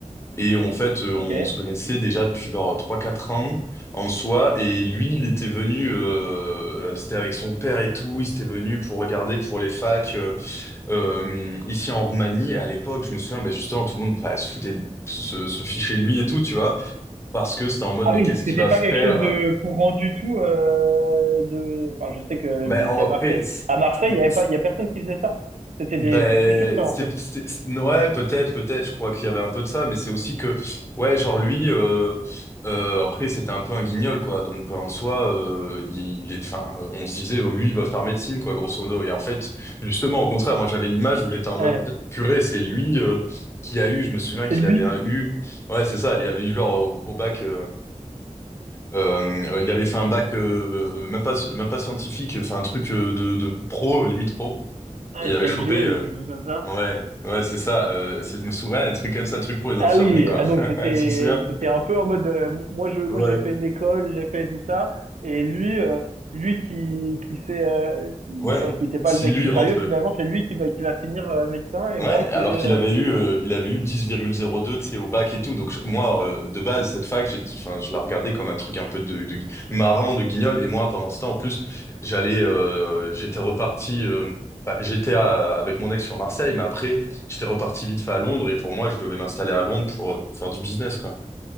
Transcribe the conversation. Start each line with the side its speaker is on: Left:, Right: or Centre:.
Left: et en fait, euh,
Right: Ok.
Left: on se connaissait déjà depuis genre trois quatre ans en soi, et lui, il était venu, euh, c'était avec son père et tout, il s'était venu pour regarder pour les facs euh, euh, ici en Roumanie. Et à l'époque, je me souviens, ben justement, tout le monde bah, se foutait, de- se, se fichait de lui et tout, tu vois. Parce que c'était en mode,
Right: Ah
Left: mais
Right: oui,
Left: qu'est-ce qu'il
Right: c'était
Left: va
Right: pas
Left: faire?
Right: quelque chose de courant du tout. euh, de... enfin, je sais que
Left: Ben,
Right: vous étiez
Left: en-
Right: à Marseille.
Left: après, c'est-
Right: À Marseille, il y avait
Left: c'est-
Right: pas, il y a personne qui faisait ça. C'était des
Left: ben,
Right: précurseurs
Left: c'est,
Right: un peu.
Left: c'est- c'est- ouais, peut-être, peut-être, je crois qu'il y avait un peu de ça, mais c'est aussi que, ouais, genre lui, euh, euh, après, c'était un peu un guignol, quoi. Donc, en soi, euh, il il est, enfin, on se disait, oh, lui, il va faire médecine, quoi, grosso modo. Et en fait, justement, au contraire, moi, j'avais l'image où j'étais en mode,
Right: Ouais.
Left: purée, c'est lui, euh, qui a eu, je me souviens
Right: C'est
Left: qu'il
Right: lui,
Left: avait euh,
Right: qui-
Left: eu, ouais, c'est ça, il avait eu genre au, au bac, euh, Euh, il avait fait un bac euh, euh, même pas même pas scientifique, enfin un truc euh, de, de pro limite pro.
Right: ouais,
Left: Il
Right: STMG
Left: avait chopé euh,
Right: ou quelque chose comme ça.
Left: ouais ouais c'est ça. Euh, si je me souviens, ouais, un truc comme ça, un truc pour les
Right: Ah
Left: infirmiers
Right: oui,
Left: quoi.
Right: ah donc
Left: <laughs>
Right: c'était
Left: Tu te souviens?
Right: c'était un peu en mode euh, moi je moi
Left: Ouais
Right: j'ai fait une école, j'ai fait tout ça et lui euh, lui qui qui s'est euh, qui,
Left: ouais.
Right: enfin qui était pas
Left: Si
Right: le mec
Left: lui
Right: plus
Left: il
Right: sérieux
Left: rentre.
Right: finalement, c'est lui qui va qui va finir euh, médecin et
Left: Ouais,
Right: moi qui
Left: alors
Right: vais
Left: qu'il
Right: euh,
Left: avait eu, euh, il avait eu dix virgule zéro deux tu sais, au bac et tout. Donc je- moi, euh, de base, cette fac, j'étais, enfin, je la regardais comme un truc un peu de, de marrant, de guignol. Et moi, pendant ce temps, en plus, j'allais, euh, j'étais reparti, euh, bah, j'étais à- avec mon ex sur Marseille, mais après, j'étais reparti vite fait à Londres. Et pour moi, je devais m'installer à Londres pour, euh, pour faire du business, quoi.